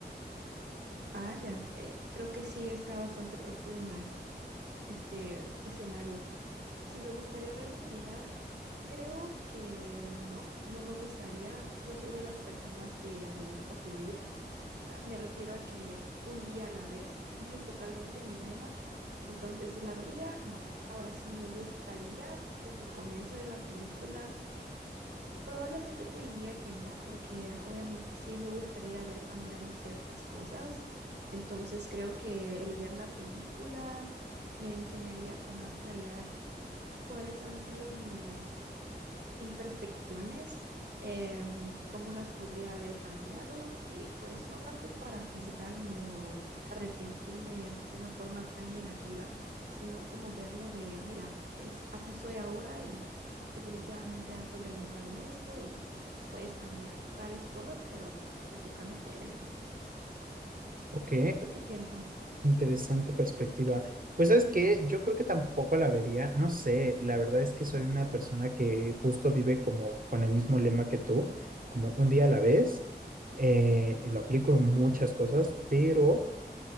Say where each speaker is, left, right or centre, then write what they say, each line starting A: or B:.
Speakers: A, on the right (about 70°); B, on the right (about 50°).
A: Ah, ya. eh, creo que sí está bastante profunda eh, este escenario. Si me gustaría ver mi final, creo que no, no me gustaría. Yo soy de las personas que me gusta fluir. Ah, Me refiero a que un día a la vez. <laughs> Ese es totalmente mi lema. Entonces, si la vería, no. Ahora sí me gustaría desde el comienzo de la película. Probablemente te diría que no, porque obviamente sí me gustaría haber cambiado ciertas cosas. Entonces creo que el ver la película me enseñaría con más claridad cuáles han sido mis imperfecciones, em, cómo las podría haber cambiado y pues no tanto para juzgarme o arrepentirme de una forma tan negativa, sino como verlo de, mira, es así soy ahora y definitivamente has sobrellevado esto y puedes cambiar tales cosas, pero enfocándote en el futuro.
B: Ok,
A: ¿Tú qué piensas?
B: interesante perspectiva. Pues es que yo creo que tampoco la vería, no sé, la verdad es que soy una persona que justo vive como con el mismo lema que tú, como un día a la vez, eh, lo aplico en muchas cosas, pero